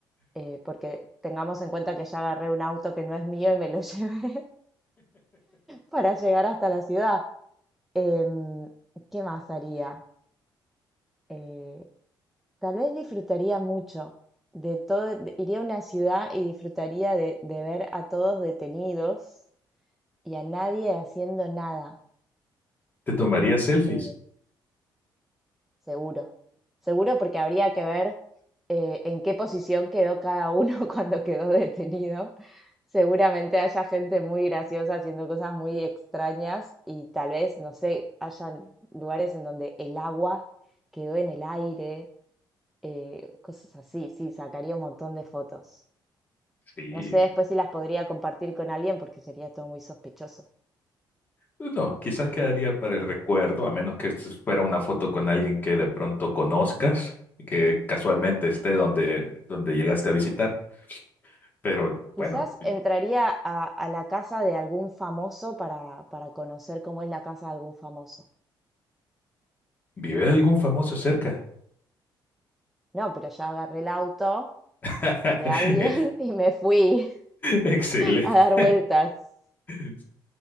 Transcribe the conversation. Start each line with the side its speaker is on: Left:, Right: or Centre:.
Centre: eh, porque tengamos en cuenta que ya agarré un auto que no es mío y me lo <laughs> llevé para llegar hasta la ciudad. Em, ¿qué más haría? Eh, tal vez disfrutaría mucho de todo, de- iría a una ciudad y disfrutaría de, de ver a todos detenidos y a nadie haciendo nada,
Left: ¿Te tomarías selfies?
Centre: eh, seguro. Seguro porque habría que ver eh, en qué posición quedó cada uno <laughs> cuando quedó detenido. Seguramente haya gente muy graciosa haciendo cosas muy extrañas y tal vez, no sé, hayan lugares en donde el agua quedó en el aire, eh, cosas así. Sí, sacaría un montón de fotos.
Left: Sí.
Centre: No sé después si las podría compartir con alguien porque sería todo muy sospechoso.
Left: No, quizás
Centre: Eh,
Left: quedaría para el recuerdo, a menos que esto fuera una foto con alguien que de pronto conozcas y que casualmente esté donde, donde llegaste a visitar. Pero
Centre: quizás
Left: bueno,
Centre: entraría a, a la casa de algún famoso para, para conocer cómo es la casa de algún famoso.
Left: ¿vive algún famoso cerca?
Centre: No, pero ya agarré el auto
Left: <laughs>
Centre: de alguien
Left: Eh,
Centre: <laughs> y me fui
Left: Excelente.
Centre: a dar vueltas.
Left: <laughs>